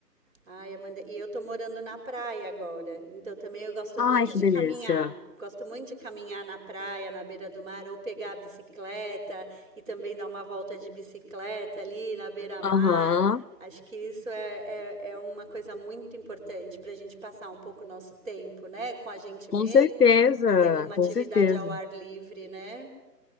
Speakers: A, on the right; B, on the left.
A: Ai, Amanda, e eu tô morando na praia agora, então também eu gosto
B: Ai,
A: muito
B: que
A: de
B: delícia!
A: caminhar. Gosto muito de caminhar na praia, na beira do mar, ou pegar a bicicleta e também dar uma volta de bicicleta ali na beira-mar.
B: Aham,
A: Acho que isso é, é, é uma coisa muito importante para a gente passar um pouco o nosso tempo, né? Com a gente
B: com
A: mesmo,
B: certeza,
A: fazendo uma
B: com
A: atividade
B: certeza,
A: ao ar livre, né?